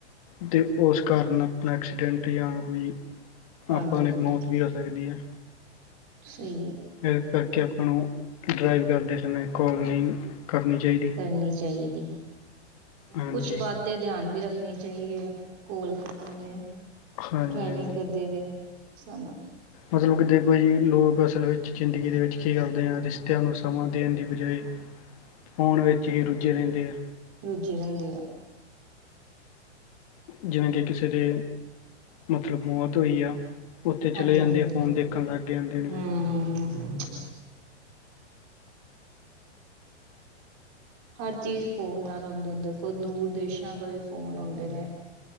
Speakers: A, on the left (about 30°); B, on the right (about 25°).
A: ਅਤੇ ਉਸ ਕਾਰਨ ਆਪਣਾ ਐਕਸੀਡੈਂਟ ਜਾਂ ਕੋਈ
B: ਹਾਂਜੀ
A: ਆਪਾਂ ਨੇ
B: ਹਾਂਜੀ
A: ਮੌਤ ਵੀ ਹੋ ਸਕਦੀ ਆ।
B: ਸਹੀ ਹੈ।
A: ਇਸ ਕਰਕੇ ਆਪਾਂ ਨੂੰ ਡਰਾਈਵ ਕਰਦੇ ਸਮੇਂ ਕੋਲ ਨਹੀਂ ਕਰਨੀ ਚਾਹੀਦੀ।
B: ਕਰਨੀ ਚਾਹੀਦੀ।
A: ਹਾਂਜੀ
B: ਕੁਛ ਬਾਤ ਤੇ ਧਿਆਨ ਵੀ ਰੱਖਣੀ ਚਾਹੀਏ। ਕੋੋਲ ਕਰਣੀ ਹੈ।
A: ਹਾਂਜੀ
B: ਡਰਾਈਵਿੰਗ
A: ਹਾਂਜੀ
B: ਕਰਦੇ ਵੇ ਸਾਨੂੰ
A: ਮਤਲਬ ਕਿ ਦੇਖੋ ਜੀ ਲੋਕ ਅਸਲ ਵਿੱਚ ਜ਼ਿੰਦਗੀ ਦੇ ਵਿੱਚ ਕੀ ਕਰਦੇ ਆ। ਰਿਸ਼ਤਿਆਂ ਨੂੰ ਸਮਾਂ ਦੇਣ ਦੀ ਬਜਾਏ ਫੋਨ ਵਿੱਚ ਹੀ ਰੁੱਝੇ ਰਹਿੰਦੇ ਆ।
B: ਰੁੱਝੇ ਰਹਿੰਦੇ ਆ।
A: ਜਿਵੇਂ ਕਿ ਕਿਸੇ ਦੇ ਮਤਲਬ ਮੌਤ ਹੋਈ ਆ। ਉੱਥੇ ਚਲੇ
B: ਹਾਂਜੀ
A: ਜਾਂਦੇ
B: ਹਾਂਜੀ
A: ਆ। ਫੋਨ
B: ਹੂੰ
A: ਦੇਖਣ ਲੱਗ ਜਾਂਦੇ ਨੇ।
B: ਹੂੰ ਹੂੰ ਹਰ ਚੀਜ਼ ਫੋਨ ਨਾਲ ਹੁੰਦੇ ਹੁਣ ਦੇਖੋ ਦੂਰ ਦੇਸ਼ਾਂ ਤੋਂ ਵੀ ਫੋਨ ਆਉਂਦੇ ਨੇ।